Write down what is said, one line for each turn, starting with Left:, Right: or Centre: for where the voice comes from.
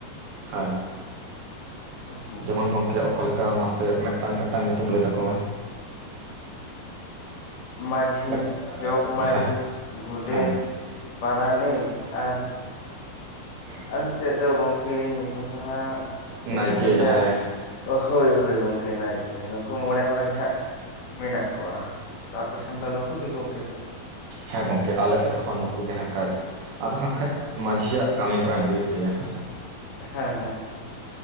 Right: ᱦᱮᱸ
Left: ᱦᱩᱸ
Right: ᱡᱮᱢᱚᱱ ᱜᱚᱝᱠᱮ ᱚᱠᱟ ᱞᱮᱠᱟ ᱢᱟᱥᱮ ᱢᱤᱫ ᱴᱟᱝ ᱢᱤᱫ ᱴᱟᱝ ᱧᱩᱛᱩᱢ ᱞᱟᱹᱭ ᱛᱟᱠᱚ ᱢᱮ ᱾
Left: ᱢᱟᱹᱡᱷᱤ
Right: ᱢᱤᱫ-
Left: ᱡᱚᱜᱽ ᱢᱟᱹᱡᱷᱤ
Right: ᱦᱮᱸ
Left: ᱜᱚᱰᱮᱛ
Right: ᱦᱮᱸ
Left: ᱯᱟᱨᱟᱱᱤᱠ ᱟᱨ
Right: <inaudible>
Left: ᱟᱨ ᱢᱤᱫ ᱴᱮᱡ ᱫᱚ ᱜᱚᱝᱠᱮ ᱧᱩᱛᱩᱢ ᱫᱚ ᱦᱟᱸᱜ ᱪᱮᱞᱮ
Right: ᱱᱟᱭᱠᱮ
Left: ᱠᱚ ᱢᱮᱛᱟᱭᱟ
Right: ᱡᱟᱦᱟᱸᱭ
Left: ᱾ ᱚ ᱦᱳᱭ ᱦᱳᱭ ᱜᱚᱝᱠᱮ ᱱᱟᱭᱠᱮ ᱱᱩᱠᱩ ᱢᱚᱬᱮ ᱦᱚᱲ ᱜᱮ ᱦᱟᱸᱜ ᱢᱮᱱᱟᱜ ᱠᱚᱣᱟ ᱛᱚ ᱟᱯᱮᱥᱮᱱ ᱫᱚ ᱱᱩᱠᱩ ᱜᱮ ᱜᱚᱝᱠᱮ ᱥᱮ
Right: ᱦᱮᱸ ᱜᱚᱝᱠᱮ ᱟᱞᱮ ᱥᱮᱫ ᱦᱚᱸ ᱱᱩᱠᱩ ᱜᱮ ᱦᱟᱸᱜ ᱠᱟᱡ ᱾ ᱟᱫᱚ ᱦᱟᱸᱜ ᱠᱷᱟᱡ ᱢᱟᱹᱡᱷᱤᱭᱟᱜ ᱠᱟᱹᱢᱤ ᱦᱚᱨᱟᱧ ᱞᱟᱹᱭ ᱛᱟᱭᱟ ᱦᱮᱸᱥᱮ ᱾
Left: ᱦᱮᱸ ᱦᱮᱸ ᱦᱮᱸ ᱾